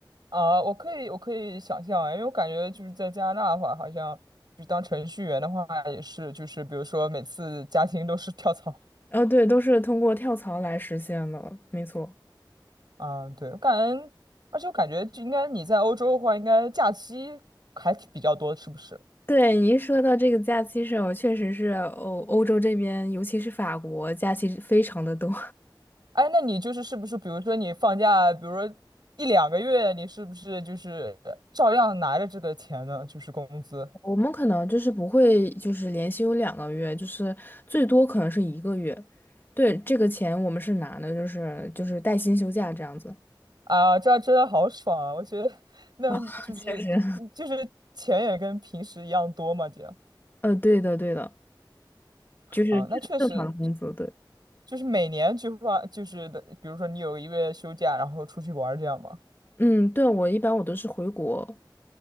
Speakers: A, on the right; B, on the left.
A: 啊、我可以我可以想象啊，因为我感觉就是在加拿大的话，好像就当程序员的话也是，就是比如说每次加薪都是跳槽。
B: 呃，对，都是通过跳槽来实现的，没错。
A: 啊、对，我感觉，而且我感觉就应该你在欧洲的话，应该假期还挺比较多，是不是？
B: 对，您说到这个假期上，确实是欧欧洲这边，尤其是法国，假期非常的多。
A: 哎，那你就是是不是，比如说你放假，比如说一两个月，你是不是就是照样拿着这个钱呢？就是工资
B: 我们可能就是不会，就是连休两个月，就是最多可能是一个月。对，这个钱我们是拿的，就是就是带薪休假这样子。
A: 啊，这样真的好爽啊！我觉得，那就是就是钱也跟平时一样多嘛，
B: <laughs> 确实。
A: 这样
B: 呃，对的，对的，就是这是正常的工资。
A: 啊，那确实
B: 对，
A: 就是每年就花，就是的，比如说你有一个月休假，然后出去玩儿这样嘛，
B: 嗯，对，我一般我都是回国，